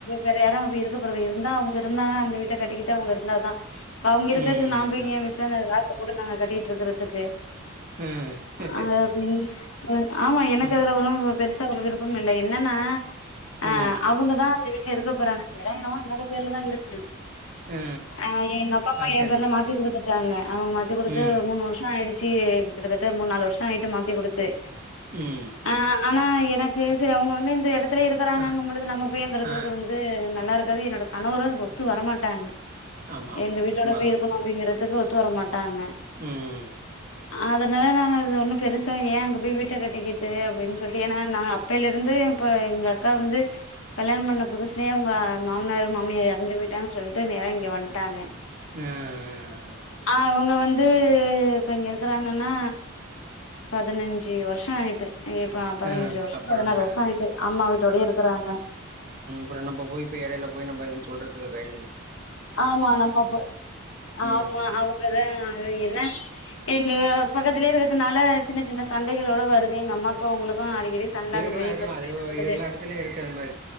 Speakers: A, on the left; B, on the right.
A: வேற யாரும் அங்க போய் இருக்க போற இருந்தா அவங்க இருந்தா அந்த வீட்ட கட்டிக்கிட்டு அவங்க இருந்தாதா அவங்க இருக்கறதுக்கு
B: ம்
A: நா போய்
B: அதுதான்
A: ஏ வேஸ்டா காச போட்டு நாங்க கட்டிட்டு இருக்கிறதுக்கு
B: ஆ ஆ
A: ஆப்டினு சோல ஆமா எனக்கு
B: ஆ ஆ
A: அதுல ஒன்னும் பெருசா ஒரு விருப்பம் இல்ல என்னன்னா அ
B: ஆ
A: அவங்கதான் இருக்க போராங்க எடோ என்னமோ என்னோட பேர்ல தா இருக்கு
B: ஆ
A: ஆ ஏ ங்க அப்பா அம்மா
B: அது
A: என்
B: சரிதான்
A: பேர்ல மாத்தி குடுத்துட்டாங்க அவங்க மாத்தி குடுத்து
B: ம்
A: மூணு வருஷம் ஆயிடுச் சி கிட்டதட்ட மூணு நாலு வருஷ ஆயிட்டு மாத்தி குடுத்து
B: ம்
A: ஆ ஆனா எனக்கு செரி அவங்க வந்து இந்த எடத்துலய இருக்கறாங்கங்க
B: ஆ
A: பொழுது நம்ம போய் அங்க இருக்கற
B: ஆ
A: து வந்து நல்லா இருக்காது என்னோட கணவரும் அதுக்கு ஒத்து வரமாட்டாங்க
B: ஆமா ஆமா
A: எங்க
B: ஆமா
A: வீட்டோட
B: உண்மதான்
A: போய் இருக்கணும் அப்படிங்கறதுக்கு ஒத்து வர மாட்டாங்க
B: ம்
A: அதனால நாங்க அது ஒண்ணு பெருசா ஏ அங்க போய் வீட்ட கட்டிக்கிட்டு அப்டின்னு சொல்லி ஏன்னா நாங்க அப்பையில இருந்து இப்ப எங்க அக்கா வந்து கல்யாணம் பண்ண புதுசலையே அவுங்க மாமனார் மாமியார் எறந்து போயிட்டாங்கன்னு சொல்லிட்டு நேர இங்க வன்ட்டாங்க
B: ஆ ஆ
A: ஆ இவங்க வந்து இப்ப இங்க இருக்கறாங்கன்னா பதனஞ்சு வரு ஷாயிட்டு இப்ப பதினஞ்சு
B: ஆ
A: வருஷ
B: அப்புறம்
A: பதினாறு
B: என்ன
A: வருஷ ஆயிட்டு அம்மா வீட்டோடயே இருக்கறாங்க
B: அப்றோ நம்ப போய் இப்ப எடையில போய் நம்ம எதுவு சொல்றது வழ்
A: ஆமா நம்ம போ
B: ம்
A: ஆமா அவங்கதா என்ன எங்க பக்கத்திலயே இருக்கிறதுனால சின்னச் சின்ன சண்டைகளோட வருது எங்க அம்மாக்கு அவுங்களுக்கு அடி க்கடி சண்ட
B: இருக்கலா
A: அந்த மாரி
B: இருக்கலா
A: பிரச்சனயெல்லா
B: அது
A: வருது
B: எல்லா எடத்துலயு இருக்கு அது மாரி